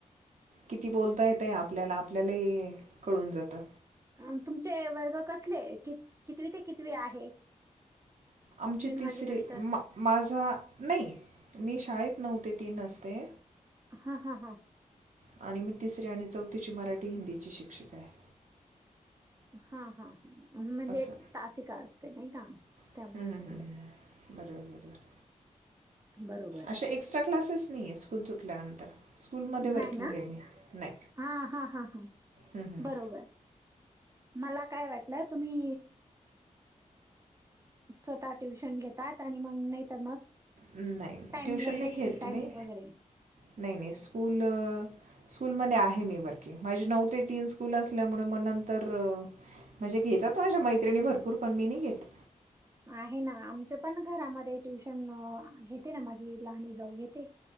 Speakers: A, on the right (about 70°); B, on the right (about 20°).
A: किती बोलता येत आहे आपल्याला आपल्याला कळून जातं.
B: अ तुमचे वर्ग कसले क कितवी ते कितवी आहे?
A: आमचे
B: तीन
A: तिसरे
B: वाजेनंतर.
A: माझा नाही मी शाळेत नव्हते तीन हफ्ते
B: हा हा हा
A: आणि मी तिसरी आणि चौथीची मराठी हिंदीची शिक्षिका आहे.
B: हा हा हा म्हणजे
A: असं
B: तासिका असते नाही का त्यामुळे
A: हं, हं,
B: म्हटलं.
A: हं, हं. बरोबर बरोबर
B: बरोबर आहे.
A: अशा एक्स्ट्रा क्लासेस नाहीये स्कूल सुटल्यानंतर स्कूलमध्ये वर्किंग
B: नाही ना
A: आहे मी नाही
B: हा हा हा हा
A: हं, हं.
B: बरोबर मला काय वाटलं तुम्ही स्वतः ट्युशन घेतात आणि मग नाहीतर मग
A: नाही नाही
B: टायमिंग
A: ट्युशन
B: असे
A: नाही
B: स्कूल
A: घेत
B: टायमिंग
A: मी
B: वगैरे.
A: नाही नाही स्कूल स्कूलमध्ये आहे मी बाकी माझी नऊ ते तीन स्कूल असल्यामुळे मग नंतर म्हणजे घेतात माझ्या मैत्रिणी भरपूर पण मी नाही घेत
B: आहे ना आमच्या पण घरामध्ये ट्युशन घेते ना माझी लहानी जाऊ घेते.